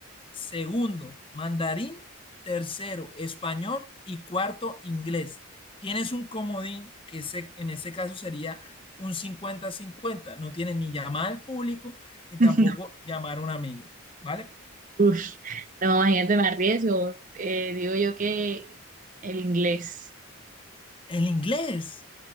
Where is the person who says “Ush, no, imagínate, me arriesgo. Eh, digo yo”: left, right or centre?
Right